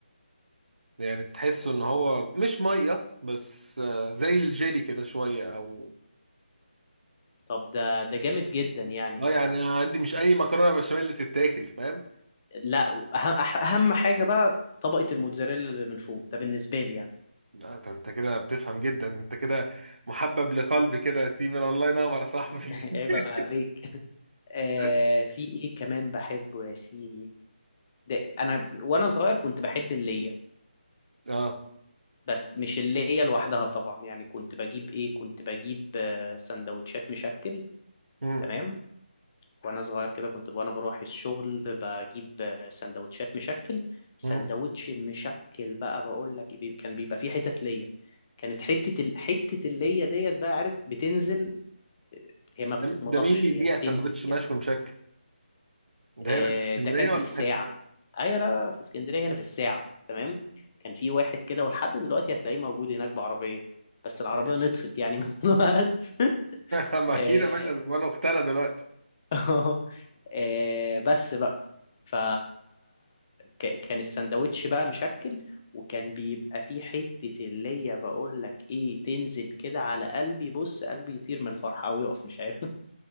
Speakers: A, on the right; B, on the left.
A: يعني تحسه ان هو مش ميه بس آه، زي الجيلي كده شويه او
B: طب ده ده جامد جدا يعني
A: اه
B: انا
A: يعني عندي مش اي مكرونه بشاميل اللي تتاكل فاهم
B: لا أهم أهم حاجة بقى طبقة الموتزاريلا اللي من فوق ده بالنسبة لي يعني
A: لا ده انت كده بتفهم جدا انت كده محبب لقلبي كده يا ستيفن الله ينور يا صاحبي
B: <laughs> عيب
A: <laughs>
B: عليك آه
A: بس
B: في إيه كمان بحبه يا سيدي ده أنا وأنا صغير كنت بحب اللية
A: اه
B: بس مش اللية لوحدها طبعا يعني كنت بجيب إيه كنت بجيب آه سندوتشات مشكل
A: امم
B: تمام وأنا صغير كده كنت وأنا بروح الشغل بجيب آه سندوتشات مشكل سندوتش
A: امم
B: المشكل بقى بقول لك بي- كان بيبقى فيه حتت ليا كانت حتة ال... حتة اللية ديت بقى عارف بتنزل هي ما
A: ده
B: بتتمضغش
A: ده مين بيبيع
B: هي بتنزل
A: سندوتش
B: كده
A: مشوي مشكل ده
B: آه،
A: هنا في اسكندريه
B: ده كان في
A: ولا
B: الساعة
A: في حته تانية؟
B: أيوة لا لا في اسكندرية هنا في الساعة تمام كان في واحد كده ولحد دلوقتي هتلاقيه موجود هناك بعربية بس
A: <laughs> أوكي.
B: العربية نطفت يعني من <laughs> الوقت
A: ما
B: آه،
A: اكيد يا باشا زمان اختنا دلوقتي
B: <laughs> آه، بس بقى ف ك- كان السندوتش بقى مشكل وكان بيبقى فيه حتة اللي هي بقول لك ايه تنزل كده على قلبي بص قلبي يطير من الفرحة ويقف مش عارف